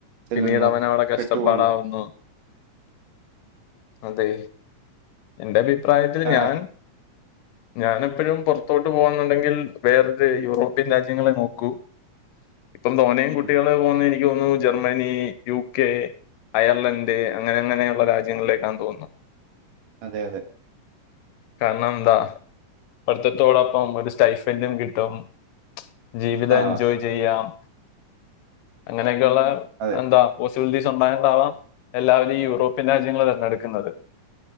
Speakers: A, on the right; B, on the left.
A: ചെല്ലുന്നു
B: പിന്നീട് അവൻ അവിടെ കഷ്ടപ്പാടാവുന്നു
A: പെട്ടുപോകുന്നു
B: അതെ എന്റെ അഭിപ്രായത്തിൽ
A: ആ
B: ഞാൻ ഞാൻ എപ്പോഴും പുറത്തോട്ട് പോകുന്നുണ്ടെങ്കിൽ വേറൊരു യൂറോപ്യൻ രാജ്യങ്ങളെ നോക്കൂ ഇപ്പം തോനേ കുട്ടികൾ
A: ഉം,
B: പോകുന്ന എനിക്ക് തോന്നുന്നു ജർമ്മനി യു കെ അയർലൻഡ് അങ്ങനെ അങ്ങനെയുള്ള രാജ്യങ്ങളിലേക്കാൻ തോന്നുന്നു
A: അതെ അതെ
B: കാരണമെന്താ പഠിത്തത്തോടൊപ്പം ഒരു സ്റ്റൈഫന്റും കിട്ടും ജീവിതം
A: ആ
B: എൻജോയ് ചെയ്യാം അങ്ങനെയൊക്കെയുള്ള
A: അതെ
B: എന്താ പോസിബിലിറ്റി ഉണ്ടായിട്ടാവാം എല്ലാവരും ഈ യൂറോപ്യൻ രാജ്യങ്ങൾ തിരഞ്ഞെടുക്കുന്നത്